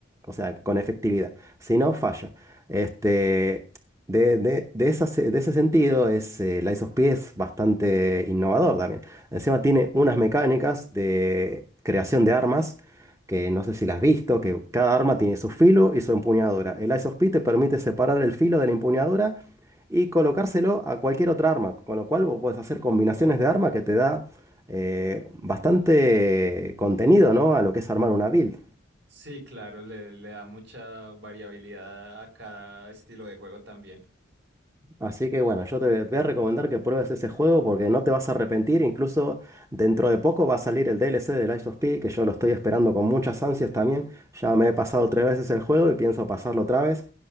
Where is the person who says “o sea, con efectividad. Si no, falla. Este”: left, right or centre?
Right